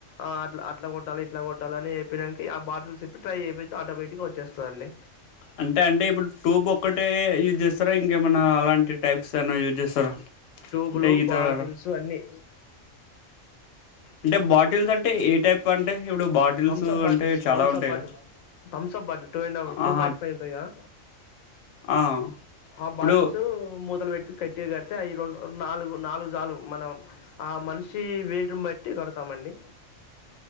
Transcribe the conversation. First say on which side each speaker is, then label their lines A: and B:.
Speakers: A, on the left (about 85°); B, on the left (about 65°).
A: అలా అట్లా కొట్టాలి ఇట్లా కొట్టాలి అని చెప్పానికి ఆ బాటిల్ టైయయితే ఆటోమేటిగా వచేస్తదండి.
B: అంటే అంటే ఇప్పుడు టూబ్ ఒక్కటే యూజ్ చేస్తారా ఇంకేమన్నా అలాంటి టైప్స్ ఏనా యూజ్ చేస్తారా
A: ట్యూబ్లు
B: అంటే ఈతర
A: బాటిల్స్ అన్ని
B: అంటే బాటిల్స్ అంటే ఏ టైప్ అంటే ఇప్పుడు బాటిల్స్
A: థమ్స్ అప్ బాటిల్స్
B: అంటే చాలా
A: థమ్స్
B: ఉంటాయిగా
A: అప్ బాటిల్స్ థమ్స్ అప్ బాటిల్ టూండ్ టూ
B: ఆహా
A: పాయింట్ ఫైవ్ ఉంటాయి కదా
B: ఆ
A: ఆ
B: ఇప్పుడు
A: బాటిల్స్ ముత్తాలు పెట్ కట్టటిగా అయితే ఈ రెండు నాలుగు నాలుగు చాలు మనం ఆ మనిషి వెయిట్నే బట్టి కడతామండి